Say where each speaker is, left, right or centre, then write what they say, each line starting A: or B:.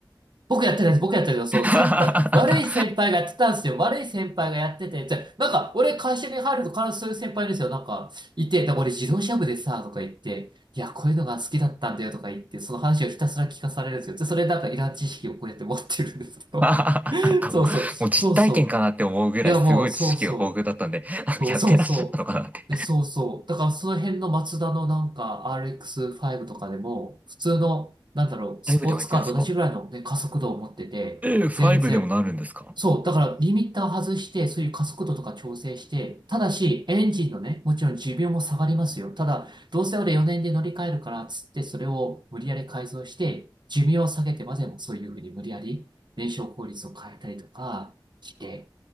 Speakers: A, on the right (about 65°); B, on the right (about 20°).
A: 僕やってないです。僕やってるけど、
B: <laughs>
A: そう、
B: なんか、
A: 先輩、悪い先輩がやってたんですよ。悪い先輩がやってて、でなんか、俺会社に入ると必ずそういう先輩いるんですよ。なんか、いて、だから俺自動車部でさ、とか言って、いや、こういうのが好きだったんだよとか言って、その話をひたすら聞かされるんですよ。で、それなんかいらん知識をこうやって持ってるんですけど。
B: あなんかもう、
A: <laughs> そうそう、そうそ
B: もう実体験かなって思うぐらいすごい知識が豊富だったんで、
A: う。いや、もう、そうそ
B: なんかやってらっしゃったのかなって。
A: う。そうそうそう。で、そうそう。だからその辺のマツダのなんか RX5 とかでも、普通の、なんだろう、スポーツカーと同じぐらいのね、
B: ファイブでも行けるんですか
A: 加速度を持ってて、
B: ええ、ファイブでもなるんですか
A: 全然。そう。だからリミッター外して、そういう加速度とか調整して、ただし、エンジンのね、もちろん寿命も下がりますよ。ただ、どうせ俺4年で乗り換えるから、つってそれを無理やり改造して、寿命を下げてまでもそういうふうに無理やり燃焼効率を変えたりとかして